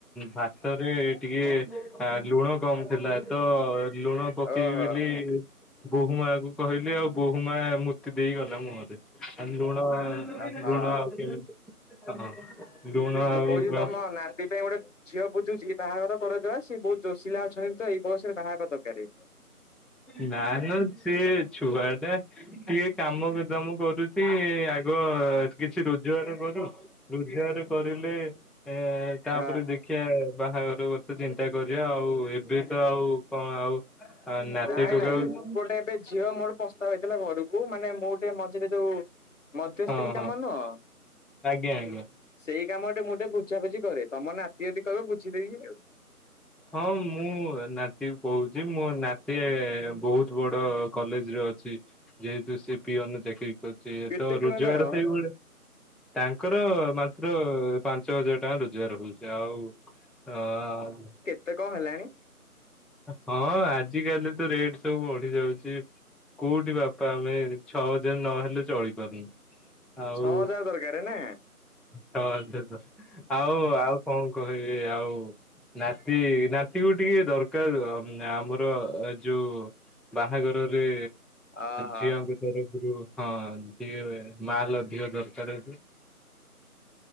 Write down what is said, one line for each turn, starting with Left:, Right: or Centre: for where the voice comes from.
Centre: ଭାତରେ ଟିକେ ଲୁଣ କମ ଥିଲା। ତ ଲୁଣ ପକେଇବି
Left: ଓହୋ
Centre: ବୋଲି ବୋହୂମା କୁ କହିଲି ଆଉ ବୋହୂମା ମୁତି ଦେଇ ଗଲା ମୁହଁରେ। ଆ ଲୁଣ
Left: ହଁ।
Centre: ଲୁଣ କେ ହ ଲୁଣ ଆଉ
Left: ମୁଁ କହୁଛି ତମ ନାତି ପାଇଁ ଗୋଟେ ଝିଅ ବୁଝୁଛିି ବାହାଘର କରେଇଦେବା। ସିଏ ବହୁତ ଜୋସିଲା ଅଛନ୍ତି ତ ଏଇ ବୟସରେ ବାହା ହେବା ଦରକାର।
Centre: ନା ନା ସେ ଛୁଆଟା ଟିକେ କାମ କର ଦାମ କରୁଛି ଆ କିଛି ରୋଜଗାର କରୁ। ରୋଜଗାର କରିଲେ ଏ ତାପରେ
Left: ହଁ।
Centre: ଦେଖ ଦେଖୀଆ ବାହାଘର କଥା ଚିନ୍ତା କରିବା ଆଉ ଏବେ ତ ଆଉ କଣ ଆଉ ଆ ନାତି
Left: ନାଇଁ
Centre: ଟୋକା
Left: ନାଇଁ
Centre: ହଁ
Left: ମୁଁ ଗୋଟେ ଏବେ ଝିଅ ମୋର ପ୍ରସ୍ତାବ ହେଇଥିଲା ଘରକୁ। ମାନେ ମୁଁ ଟେ ମଝିରେ ଯୋଉ ମଧ୍ୟସ୍ତ୍ରୀ
Centre: ହଁ
Left: କାମ
Centre: ହଁ
Left: ନୁହଁ?
Centre: ଆଜ୍ଞା ଆଜ୍ଞା
Left: ସେଇ କାମ ଟେ ମୁଁ ଟିକେ ବୁଝାବୁଝି କରେ ତମ ନାତି ଯଦି କହିବ ବୁଝିଦେବି ଆଉ।
Centre: ହଁ ମୁଁ ନାତି କହୁଛି ମୋ ନାତି ବହୁତ୍ ବଡ କଲେଜରେ ଅଛି। ଯେହେତୁ ସେ ପିଅନ ଚାକିରୀ ହୋଉଚି
Left: କେତେ
Centre: ତ
Left: ଟଙ୍କା
Centre: ରୋଜଗାର
Left: ତାର?
Centre: ସେଇଭଳିଆ ତାଙ୍କର ମାତ୍ର ପାଞ୍ଚ ହଜାର ଟଙ୍କା ରୋଜଗାର ହଉଛି ଆଉ
Left: ତେ କଣ ହେଲାଣି
Centre: ହଁ ଆଜି କାଲି ତ ରେଟ୍ ସବୁ ବଢି ଯାଉଛି। କେଉଁଠି ବାପା ଆମେ ଛଅ ହଜାର ନହେଲେ ଚଳିପାରୁନୁ। ଆଉ
Left: ଛଅ ହଜାର ଦରକାର ନା
Centre: ଛ ଅ ଆଉ ଆଉ କଣ କହିବି ଆଉ ନାତି ନାତିକୁ ଟିକେ ଦରକା ଦକାର ଆମର ଯୋଉ ବାହାଘରରେ
Left: ଅହ
Centre: ଝିଅ ପି ହଁ ସେ ମାଲ ଅଧିକ ଦରକାର।